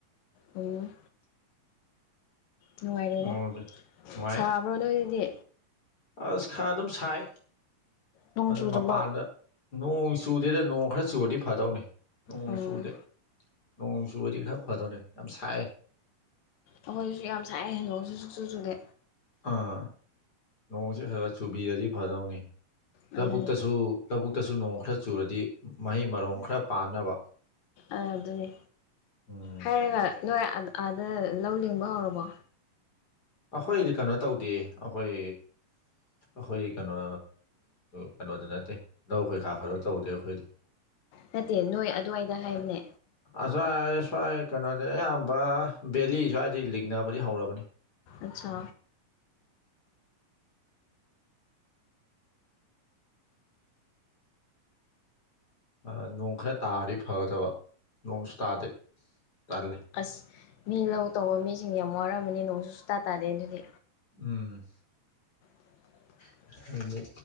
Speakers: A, on the left; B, on the left.
A: ꯎꯝ ꯅꯨꯡꯉꯥꯏꯔꯦꯅꯦ
B: ꯑꯣ ꯅꯨꯡꯉꯥꯏ
A: ꯁꯥꯕ꯭ꯔꯣ ꯅꯣꯏ ꯗꯗꯤ
B: ꯑꯁ ꯈꯔ ꯑꯗꯨꯝ ꯁꯥꯏ
A: ꯅꯣꯡ
B: ꯑꯗꯨ
A: ꯆꯨꯗꯕ
B: ꯃꯄꯥꯟꯗ ꯅꯣꯡ ꯆꯨꯗꯦꯗ ꯅꯣꯡ ꯈꯔ ꯆꯨꯔꯗꯤ ꯐꯥꯗꯧꯅꯦ ꯅꯣꯡ
A: ꯎꯝ
B: ꯆꯨꯗꯦ ꯅꯣꯡ ꯆꯨꯔꯗꯤ ꯈꯔ ꯐꯗꯣꯅꯦ ꯌꯥꯝ ꯁꯥꯏ
A: ꯑꯩꯈꯣꯏꯗꯁꯨ ꯌꯥꯝ ꯁꯥꯏ ꯅꯣꯡꯁꯨ ꯁꯨꯛꯆꯨ ꯆꯨꯗꯦ
B: ꯑꯥ ꯅꯣꯡꯁꯤ ꯈꯔ ꯈꯔ ꯆꯨꯕꯤꯔꯗꯤ ꯐꯗꯧꯅꯤ
A: ꯑꯗꯨꯅꯤ
B: ꯂꯧꯕꯨꯛꯇꯁꯨ ꯂꯧꯕꯨꯛꯇꯁꯨ ꯅꯣꯡ ꯈꯔ ꯆꯨꯔꯗꯤ ꯃꯍꯩ ꯃꯔꯣꯡ ꯈꯔ ꯄꯥꯟꯅꯕ
A: ꯑꯗꯨꯅꯤ
B: ꯎꯝ
A: ꯍꯥꯏꯔꯒ ꯅꯣꯏ ꯑꯗ ꯑꯥꯗ ꯂꯧ ꯂꯤꯡꯕ ꯍꯧꯔꯕꯣ
B: ꯑꯈꯣꯏꯗꯤ ꯀꯩꯅꯣ ꯇꯧꯗꯦ ꯑꯩꯈꯣꯏ ꯑꯈꯣꯏ ꯀꯩꯅꯣ ꯀꯩꯅꯣꯗ ꯅꯠꯇꯦ ꯂꯧ ꯀꯩꯀꯥ ꯀꯩꯅꯣ ꯇꯧꯗꯦ ꯑꯩꯈꯣꯏꯗꯤ
A: ꯅꯠꯇꯦ ꯅꯣꯏ ꯑꯗꯨꯋꯥꯏꯗ ꯍꯥꯏꯕꯅꯦ
B: ꯑꯖꯋ꯭ꯥꯏ ꯁ꯭ꯋꯥꯏ ꯀꯩꯅꯣꯗ ꯑꯌꯥꯝꯕ ꯕꯦꯂꯤ ꯁ꯭ꯋꯥꯏꯗꯒꯤ ꯂꯤꯡꯅꯕꯗꯤ ꯍꯧꯔꯕꯅꯤ
A: ꯑꯠꯁꯥ
B: ꯑꯥ ꯅꯣꯡ ꯈꯔ ꯇꯥꯔꯗꯤ ꯐꯒꯗꯕ ꯅꯣꯡꯁꯨ ꯇꯥꯗꯦ ꯇꯜꯂꯤ
A: ꯑꯁ ꯃꯤ ꯂꯧ ꯇꯧꯕ ꯃꯤꯁꯤꯡ ꯌꯥꯝ ꯋꯥꯔꯝꯃꯅꯤ ꯅꯣꯡꯁꯨ ꯁꯨꯇꯥ ꯇꯥꯗꯦ ꯑꯗꯨꯗꯤ
B: ꯎꯝ
A: <inaudible>
B: <unintelligible> ꯈꯔ